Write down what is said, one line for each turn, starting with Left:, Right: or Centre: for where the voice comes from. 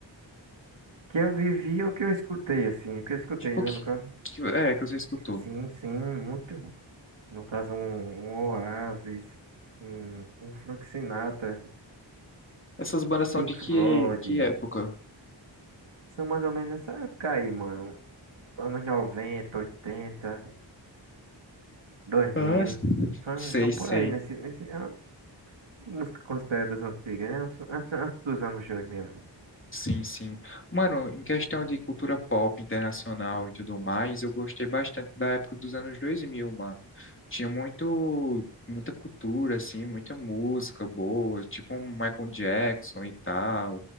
Right: Que eu vivi o que eu escutei, assim, o que eu escutei,
Left: Tipo,
Right: né,
Left: que,
Right: no caso.
Left: que é que você escutou?
Right: Sim, sim, muito. No caso, um, um Oasis, um, um Frank Sinatra,
Left: Essas bandas são
Right: Pink
Left: de que,
Right: Floyd.
Left: que época?
Right: São mais ou menos essa época aí, mano. Anos 90 80 dois mil
Left: Ah,
Right: São,
Left: sei,
Right: são por
Left: sei.
Right: aí, nesse, nesse, é uma música considerada das antigas, né? Antes, antes, antes dos anos 2000.
Left: Sim, sim. Mano, em questão de cultura pop internacional e tudo mais, eu gostei bastante da época dos anos 2000, mano. Tinha muito, muita cultura, assim, muita música boa, tipo um Michael Jackson e tal.